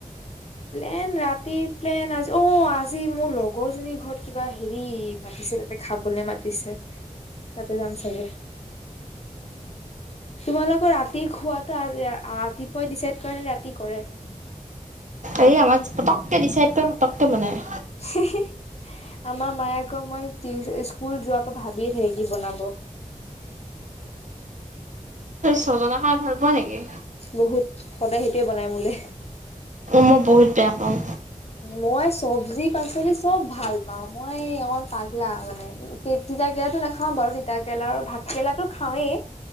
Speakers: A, on the left; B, on the right.
A: প্লেন ৰাতি প্লেন আজি অ'! আজি মোৰ লগৰ জনীৰ ঘৰত কিবা হেৰি, পাতিছে তাতে খাবলে মাতিছে, তাতে যাম চাগে। তোমালোকৰ ৰাতি খোৱাতো আগ ৰাতিপুৱাই ডিচাইড কৰে নে ৰাতি কৰে?
B: এই আমাৰ পটককে ডিচাইড কৰে পটককে বনায়।
A: হি! হি! আমাৰ মায়ে আকৌ মই টিউ স্কুল যোৱাৰ পৰা ভাবিয়ে থাকে কি বনাব।
B: ছজনা খাই ভাল পোৱা নেকি?
A: বহুত, সদায় সেইটোৱে বনাই মোলে।
B: মই বহুত বেয়া পাওঁ।
A: মই চবজি পাচলি চব ভাল পাওঁ। মই অকণ পাগলা মানে, তিতা কেৰেলাটো নাখাওঁ বাৰু, তিতা কেৰেলা আৰু ভাত কেৰেলাটো খাওঁৱেই